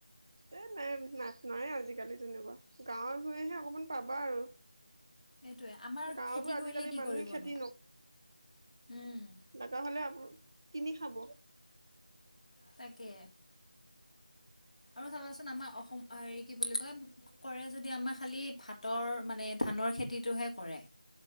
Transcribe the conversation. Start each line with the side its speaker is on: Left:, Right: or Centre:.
Right: এই নাই নাট নাই আজিকালি তেনেকুৱা গাঁৱৰ-ভূঞেহে অকমান পাবা আৰু।
Left: সেইটোৱেই, আমাৰ
Right: গাঁৱতো
Left: খেতি
Right: আজিকালি
Left: কৰিলে কি
Right: মানুহে
Left: কৰিবনো?
Right: খেতি
Left: উম!
Right: লাগা হ'লে আপ কিনি খাব।
Left: তাকে! আৰু চাবাচোন, আমাৰ অসম হেৰি কি বুলি কয় কৰে যদি আমাৰ খালি, ভাতৰ মানে ধানৰ খেতিটোহে কৰে।